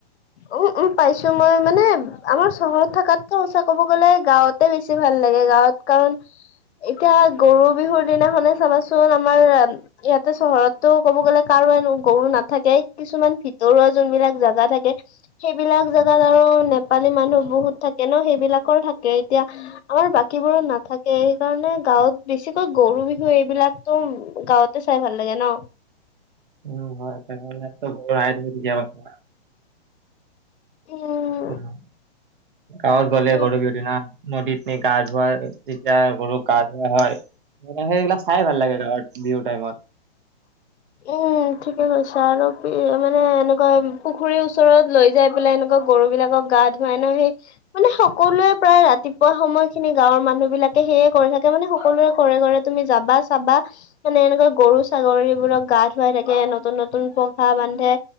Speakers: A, on the left; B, on the right.
A: উম উম, পাইছো মই মানে, আমাৰ চহৰত থকাতকে সঁচা ক'ব গ'লে গাঁৱতে বেছি ভাল লাগে গাঁৱত কাৰণ, এতিয়া গৰু বিহুৰ দিনাখনে চাবাচোন আমাৰ ইয়াতে চহৰততো ক'ব গ'লে কাৰো গৰু নাথাকেই, কিছুমান ভিতৰুৱা যোনবিলাক জাগা থাকে। সেইবিলাক জেগাত আৰু, নেপালী মানুহ বহুত থাকে ন' সেইবিলাকৰ থাকে, এতিয়া আমাৰ বাকীবোৰত নাথাকে সেইকাৰণে গাঁৱত বেছিকৈ গৰু বিহু এইবিলাকতো, গাঁৱত টো চাই ভাল লাগে ন'
B: উম হয় তেনেহলে ত' <unintelligible>
A: উম,
B: <unintelligible> গাঁৱত গ'লে
A: ত'
B: গৰু বিহুুৰ দিনা, নদীত নি গা ধুৱাই। তেতিয়া গৰুক গা ধোৱা হয়, সেইবিলাক চাই ভাল লাগে গাওঁত বিহুৰ টাইমত।
A: উম, ঠিকে কৈছা আৰু, মানে এনেকুৱা পুখুৰীৰ ওচৰত লৈ যাই পেলাই এনেকুৱা গৰু বিলাকক গাত মানুহে মানে সকলোৱে প্ৰায় ৰাতিপুৱা সময় খিনি গাঁৱৰ মানুহ বিলাকে সেয়ে কৰি থাকে মানে সকলোৱে ঘৰে ঘৰে তুমি যাবা চাবা, মানে এনেকৈ গৰু ছাগলীবোৰক গা ধুৱাই থাকে নতুন নতুন পঘা বান্ধে।